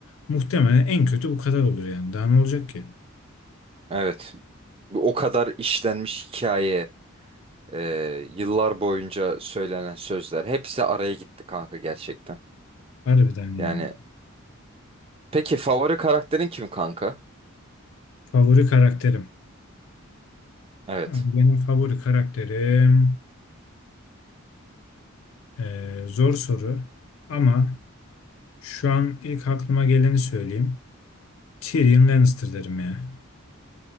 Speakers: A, on the left; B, on the right.
A: muhtemelen en kötü bu kadar olur yani. Daha ne olacak ki?
B: Evet. Bu O kadar işlenmiş hikaye, e, yıllar boyunca söylenen sözler hepsi araya gitti kanka gerçekten.
A: Harbiden yani.
B: Yani peki favori karakterin kim kanka?
A: Favori karakterim.
B: Evet.
A: Abi Benim favori karakterim eee, zor soru ama şu an ilk aklıma geleni söyleyeyim. Tyrion Lannister derim ya.